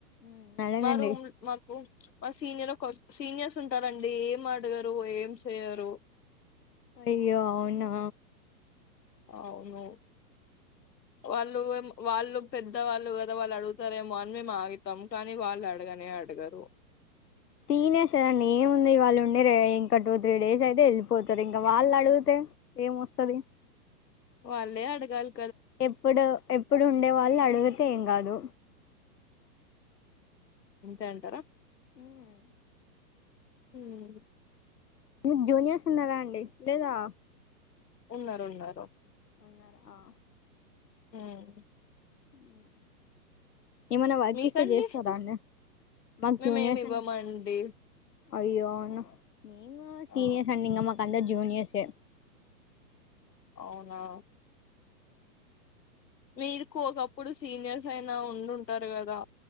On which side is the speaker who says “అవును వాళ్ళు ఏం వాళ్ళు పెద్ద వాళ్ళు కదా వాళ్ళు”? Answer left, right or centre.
Left